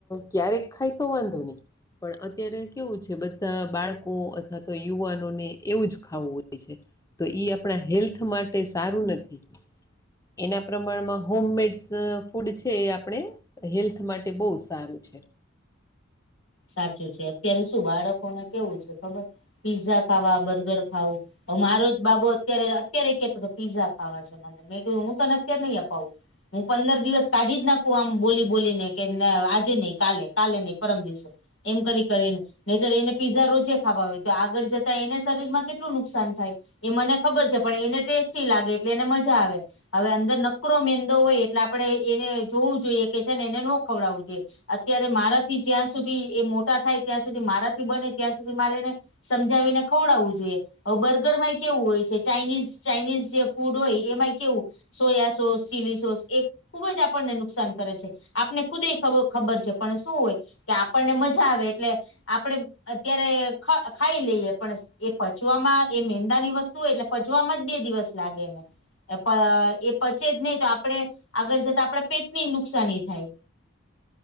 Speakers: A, on the left; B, on the left.
A: ક્યારેક ખાય તો વાંધો ની. પણ અત્યારે કેવું છે બધા બાળકો અથવા તો યુવાનોને એવું જ ખાવું હોય છે. તો ઈ આપણા હેલ્થ માટે સારું નથી. એના પ્રમાણમાં હોમમેડ્સ ફૂડ છે એ આપણે હેલ્થ માટે બહુ સારું છે.
B: સાચું છે અત્યારે શું બાળકોને કેવું છે ખબર પીઝા ખાવા બર્ગર ખાવું. હવ મારો જ બાબુ અત્યારે અત્યારે કેતો તો પીઝા ખાવા છે મને મેં કીધું હું તને અત્યારે નહી અપાવું. હું પંદર દિવસ કાઢી જ નાખું આમ બોલી બોલીને કે ના આજે નહી કાલે, કાલે નહી પરમ દિવસે. એમ કરી કરીન નહીતર એને પીઝા રોજે ખાવા હોય તો આગળ જતા એને શરીરમાં કેટલું નુકસાન થાય. એ મને ખબર છે પણ એને ટેસ્ટી લાગે એટલે એને મજા આવે. હવે અંદર નકરો મેંદો હોય એટલે આપડે એને જોવું જોઈએ કે છે ને એને નો ખવડાવવું જોઈએ. અત્યારે મારાથી જ્યાં સુધી એ મોટા થાય ત્યાં સુધી મારાથી બને ત્યાં સુધી મારે એને સમજાવીને ખવડાવવું જોઈએ. હવ બર્ગરમાં કેવું હોય ચાાઈનીઝ ચાાઈનીઝ જે ફૂડ હોય એમાંય કેવું સોયા સોસ ચીલી સોસ એક ખુબ જ આપણને નુકસાન કરે છે આપને ખુદ એ ખબ ખબર છે પણ શું હોય કે આપણને મજા આવે એટલે આપડે અત્યારે ખ ખાઈ લઈએ પણ એ પચવામાં એ મેંદા ની વસ્તુ હોય એટલે પચવામાં જ બે દિવસ લાગે એને. અ પ એ પચે જ નહી તો આપડે આગળ જતા આપડે પેટની નુકસાની થાય.